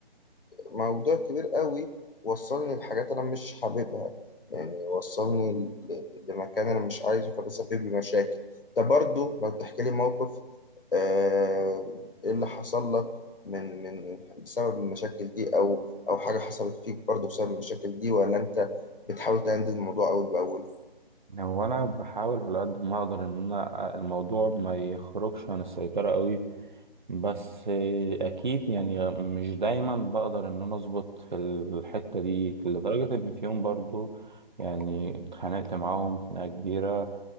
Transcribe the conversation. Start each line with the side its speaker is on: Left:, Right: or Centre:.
Left: موضوع كبير قوي وصلني لحاجات انا مش حاببها يعني وصلني ل- لمكان انا مش عايزه فده سبب لي مشاكل ده برضو لو تحكي لي موقف آه، ايه اللي حصل لك من من بسبب المشاكل دي او او حاجة حصلت فيك برضو بسبب المشاكل دي ولا انت بتحاول تهندل الموضوع اول باول
Right: يعني هو انا بحاول على قد ما اقدر ان انا الموضوع ما يخرجش عن السيطره قوي بس آه، اكيد يعني مش دايما بقدر ان انا اظبط في الحتة دي لدرجة ان في يوم برضو يعني اتخانقت معاهم خناقة كبيرة